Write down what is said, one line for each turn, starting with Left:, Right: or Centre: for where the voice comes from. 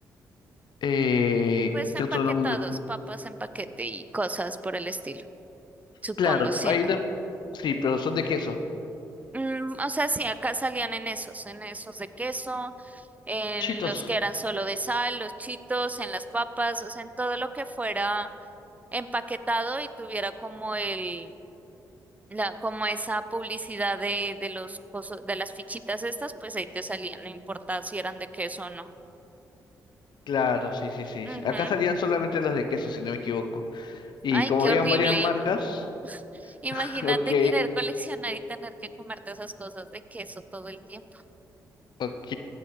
Left: Eh,
Right: pues
Left: ¿qué
Right: empaquetados,
Left: otro nombre?
Right: papas en paquete y cosas por el estilo. Supongo,
Left: Claro,
Right: sí,
Left: hay
Right: ¿no?
Left: una- Sí, pero son de queso.
Right: Mm, o sea, sí, acá salían en esos, en esos de queso, en
Left: Chitos.
Right: los que eran solo de sal, los chitos, en las papas, o sea, en todo lo que fuera empaquetado y tuviera como el, la, como esa publicidad de, de los coso- de las fichitas estas, pues ahí te salían, no importa si eran de queso o no.
Left: Claro, sí, sí, sí.
Right: Ujú.
Left: sí. Acá salían solamente los de queso, si no me equivoco. Y
Right: Ay,
Left: como
Right: qué
Left: habían
Right: horrible.
Left: varias marcas,
Right: im- mm. Imagínate
Left: <laughs> ok.
Right: querer coleccionar y tener que comerte esas cosas de queso todo el tiempo.
Left: Ok,